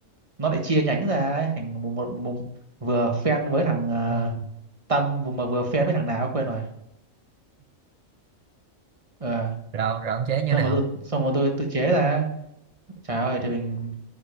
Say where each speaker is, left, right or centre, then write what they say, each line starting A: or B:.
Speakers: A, on the right (about 25°); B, on the right (about 55°).
A: nó lại chia nhánh ra ấy, thành một, một, một vừa fan với thằng ờ,
B: ờ,
A: Tâm mà vừa fan với thằng nào quên rồi ờ
B: rồi rồi ông chế như
A: xong
B: nào
A: mà tôi xong mà tôi tôi chế ra trời ơi thì mình